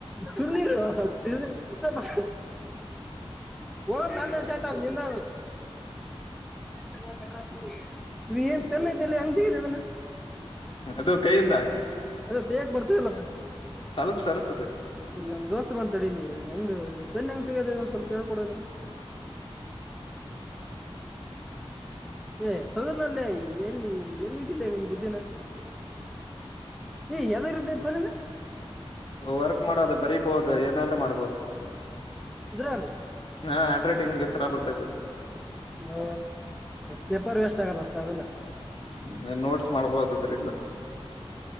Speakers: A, in the centre; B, on the left.
A: ಸುಮ್ನಿರೋ ಸ್ವಲ್ಪ ಡಿಸ್ಟರ್ಬ್ ಆಗ ಹ ನಂದೇಶಂಟ ನಿನ್ನ ಎ ಬ ತಕ ನೀ ಏನ್ ಪೆನ್ ಐತೆಲ್ಲಿ ಹಂಗ ತಗದ ಅದನ್ನ
B: ಅದು ಕೈಯಿಂದ
A: ಅದೇ ತೇಗ ಬರ್ತಲ್ಲ
B: ಸ್ವಲ್ಪ ಸರ್ರಿಸಸದೆ
A: ಇಲ್ಲಿ ನಮ್ ದೋಸ್ತ್ ಬಂತ ಅಡ ಇ ಹೆಂಗ ಪೆನ್ ಹೆಂಗ ತಗೋದ ಇದ್ ಸ್ವಲ್ಪ ಹಳ್ಕ ಕೊಡೋದ
B: ಹ್ಮ
A: ಏ ತಗದ್ಲ್ಲೇ ಎಲ್ಲಿ ಎಲ್ಲಿ ಇಟ್ಟಿಲ್ಲೇ ನಿನ್ ಬುದ್ದಿನ ಏ ಯದ ಇ್ದ ಬರದು
B: ವರ್ಕ್ ಮಾಡೋದು ಬರಿಬಹುದು ಏನಾದ್ರು ಮಾಡ್ಬೋದು
A: ಇದಧ್ರಲ್ಲಿ
B: ಹಾ ಹ್ಯಾಂಡ್ ರೈಟಂಗ್ ಸರಾ ಬತ
A: ಓ ಪೇಪರ್ ವೇಸ್ಟ್ ಆಗಲ್ಲ ಅಷ್ಟೇ ಅದೆಲ್ಲ
B: ಹ್ಮ ನೋಟ್ಸ್ ಮಾಡ್ಬೋದು ಅದ್ರಿಂದ